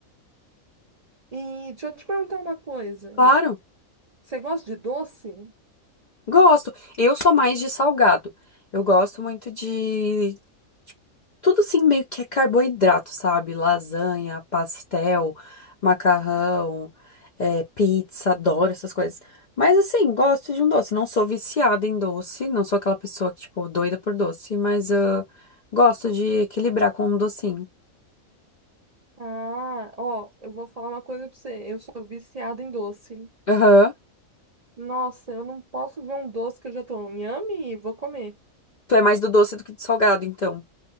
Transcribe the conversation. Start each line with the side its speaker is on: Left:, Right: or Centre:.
Right: E deixa eu te perguntar uma coisa.
Left: Claro,
Right: Você gosta de doce?
Left: gosto. Eu sou mais de salgado. Eu gosto muito de Tudo assim meio que é carboidrato, sabe? Lasanha, pastel, macarrão, é, pizza, adoro essas coisas. Mas assim, gosto de um doce. Não sou viciada em doce, não sou aquela pessoa que, tipo, doida por doce, mas ah, gosto de equilibrar com um docinho.
Right: Ah, ó, eu vou falar uma coisa pra você. Eu sou viciada em doce.
Left: Aham.
Right: Nossa, eu não posso ver um doce que eu já tô nhame e vou comer.
Left: Tu é mais do doce do que do salgado, então.